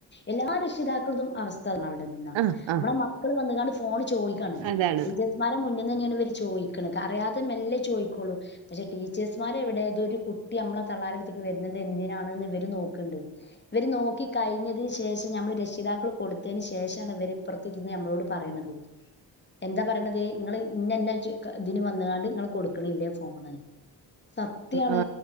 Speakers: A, on the left; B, on the right.
A: എല്ല രക്ഷിതാക്കളതും അവസ്ഥ അവ്ടെ നിന്നാ
B: ആ ആ
A: മ്മളെ മക്കള് വന്ന്കാണ്ട് ഫോണ് ചോയ്ക്കാണ്
B: അതാണ്
A: ടീച്ചേഴ്സ് മാരെ മുന്ന് തന്നെയാണ് ഇവര് ചോയ്ക്ക്ണ് അറിയാതെ മെല്ലേ ചോയ്ക്കോളൂ പക്ഷെ ടീച്ചേഴ്സ്മാരെ എവിടേ തൊരു കു ട്ടി മ്മളെ തള്ളാരെട്ത്ത്ക്ക് വരുന്നത് എന്തിനാണ്ന്ന് ഇവര് നോക്ക്ണ്ട് ഇവര് നോക്കി കയ്ഞ്ഞതിന് ശേഷം നമ്മൾ രക്ഷിതാക്കള് കൊട്ത്തേന് ശേഷാണ് ഇവരിപ്പുറത്തിരുന്ന് ഞമ്മളോട് പറീണത് ഉ എന്താ പറീണത് ഇങ്ങള് ഇന്നെന്നെ ഇതിന് വന്ന്കാണ്ട് ങ്ങള് കൊടുക്ക്ണില്ലേ ഫോണ് സത്യാണ്
B: ആ